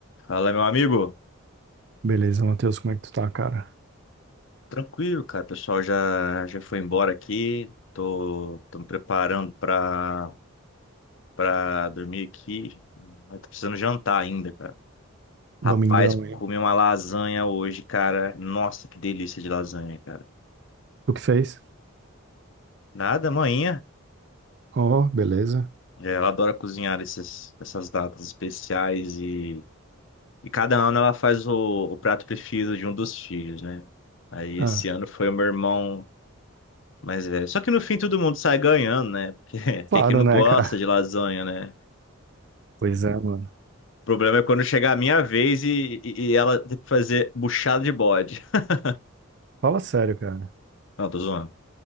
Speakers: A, on the left (about 60°); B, on the right (about 50°).
A: Fala, meu amigo.
B: Beleza, Matheus, como é que tu tá, cara?
A: Tranquilo, cara. O pessoal já, já foi embora aqui. Tô, tô me preparando pra, pra dormir aqui. Mas tô precisando jantar ainda, cara.
B: Domingão,
A: Rapaz,
B: hein?
A: comi uma lasanha hoje, cara. Nossa, que delícia de lasanha, cara.
B: Tu que fez?
A: Nada, amanhã.
B: Oh, beleza.
A: É, Ela adora cozinhar essas, essas datas especiais e, e cada ano ela faz o, o prato preferido de um dos filhos, né? Aí
B: Ah,
A: esse ano foi o meu irmão. Mas, velho, só que no fim todo mundo sai ganhando, né? Porque <laughs>
B: claro,
A: quem que não
B: né,
A: gosta
B: cara?
A: de lasanha, né?
B: Pois é, mano.
A: O problema é quando chegar a minha vez e, e, e ela tem que fazer buchada de bode. <laughs>
B: Fala sério, cara.
A: Não, tô zoando.